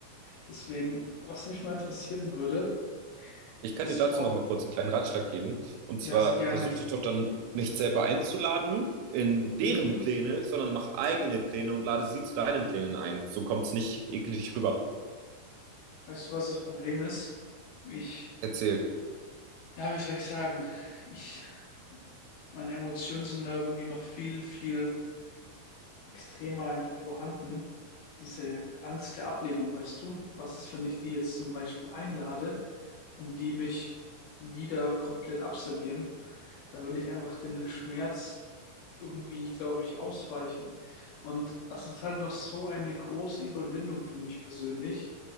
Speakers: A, on the left (about 75°); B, on the right (about 85°).
A: Deswegen, was mich mal interessieren würde,
B: ich kann
A: bist
B: dir dazu
A: du auch,
B: noch mal kurz einen kleinen Ratschlag geben. Und
A: ja,
B: zwar
A: sehr gerne.
B: versuch dich doch dann nicht selber einzuladen in deren
A: Mhm.
B: Pläne, sondern mach eigene Pläne und lade sie zu deinen Plänen ein. So kommt es nicht eklig rüber.
A: Weißt du, was das Problem ist? Ich,
B: Erzähl.
A: ja, wie soll ich sagen? Ich, meine Emotionen sind da irgendwie noch viel, viel extremer einfach vorhanden. Diese Angst der Ablehnung, weißt du? Was ist, wenn ich die jetzt zum Beispiel einlade und die mich wieder komplett abservieren? Da will ich einfach den Schmerz irgendwie, glaube ich, ausweichen. Und das ist halt noch so eine große Überwindung für mich persönlich.